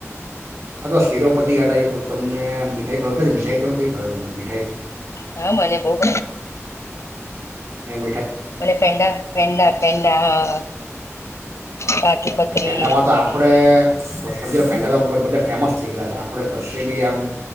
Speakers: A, on the right (about 65°); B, on the left (about 65°).
A: અ તો સિરોપતિ યાદ આયુ તમને મીઠાઈ ભાવ મીઠાઈ તમને કઈ ભાવે છે મઠાઈ
B: હા મને બહ
A: એમ
B: મ પેડા પેડા પેડા હા કાજુ કતરી
A: એનામાં તો આપડે બ સમજી લો પેંડા તો બધા ફેમસ થઈ ગયાલા છે આપણે કશશે બી આમ